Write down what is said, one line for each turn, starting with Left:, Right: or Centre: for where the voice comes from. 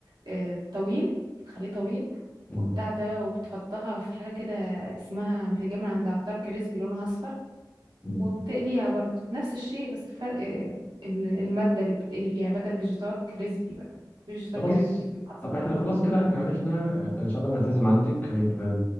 Right: آه، طويل تخليه طويل
Left: مم.
Right: وبتاع ده وبتحطها في حاجة كده اسمها بتتجمع عند عطار كريسبي لونها اصفر
Left: مم.
Right: وبتقليها برضو نفس الشيء بس الفرق آه، ال- المادة اللي بتتقلي فيها بدل فيجيتار كريسبي بقى فيجيتار
Left: خلاص
Right: كريسبي اصفر
Left: طب احنا خلاص كده احنا عرفنا احنا ان شاء الله هنلتزم عندك هيبقى